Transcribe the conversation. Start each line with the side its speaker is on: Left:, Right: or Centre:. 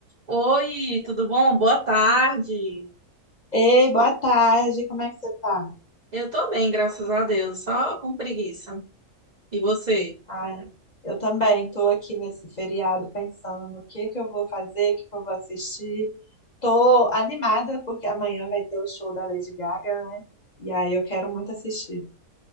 Right: Oi, tudo bom? Boa tarde.
Left: Ei, boa tarde, como é que você tá?
Right: Eu tô bem, graças a Deus, só com preguiça. E você?
Left: Ah, eu também tô aqui nesse feriado pensando no que que eu vou fazer, o que que eu vou assistir. Tô animada porque amanhã vai ter o show da Lady Gaga, né? E aí eu quero muito assistir.